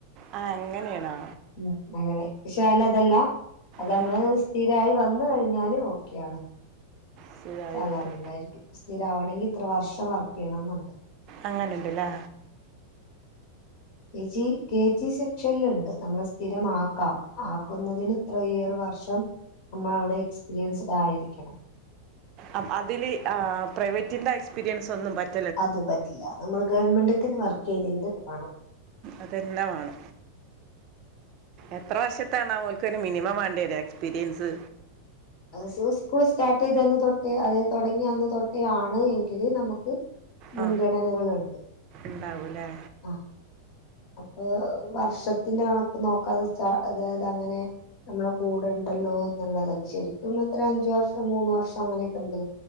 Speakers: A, on the right; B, on the left.
A: ആ അങ്ങനെയാണോ
B: ഉം അങ്ങനെ ക്ഷെലതല്ല അത്അമ്മള്
A: ഉം,
B: സ്ഥിരായി വന്ന്കഴിഞ്ഞാല് ഓക്കെയാണ്
A: ശരിയായിട്ട്
B: സാലറിണ്ടായിരിക്കും സ്ഥിരാവണെങ്കിത്ര വർഷം വർക്കയ്യണന്നുണ്ട്
A: അങ്ങനണ്ട്ലെ
B: കെ ജി കെ ജി സെക്ഷൻല്ണ്ട് നമ്മള് സ്ഥിരമാക്കാം ആക്കുന്നതിന് ഇത്രയേറെ വർഷം നമ്മൾഅവിടെ എക്സ്പീരിയൻസ്ഡ് ആയിരിക്കണം
A: അം അതില് ആഹ് പ്രൈവറ്റിന്റെ എക്സ്പീരിയൻസ് ഒന്നും പറ്റ
B: അത് പറ്റില്ല നമ്മള് ഗവൺമെന്റ് തന്നെ വർക്കയ്തീന്റെവാണം
A: അതന്നെവാണം എത്ര വർഷത്താണാവോ ഓൽക്ക് ഒരു മിനിമം വണ്ട്യര എക്സ്പീരിയൻസ്
B: അത് സ് സ്കൂൾ സ്റ്റാട്ടെയ്ത തൊട്ടേ അതായത് തുടങ്ങ്യന്ന് തൊട്ടേ ആണ് എങ്കില് നമുക്ക് മുൻഗണനകളുണ്ട്
A: ആ ഉണ്ടാവൂലേ
B: ആഹ് അപ്പൊ വർഷത്തിന്റെഅണക്ക് നോക്കാതെ സ്റ്റ അതായത് അങ്ങനെ നമ്മളെ കൂടെണ്ടല്ലോ എന്ന്ള്ളതല്ല ശരിക്കും അത്ര അഞ്ച് വർഷം മൂന്ന് വർഷഅങ്ങനെക്കെണ്ട്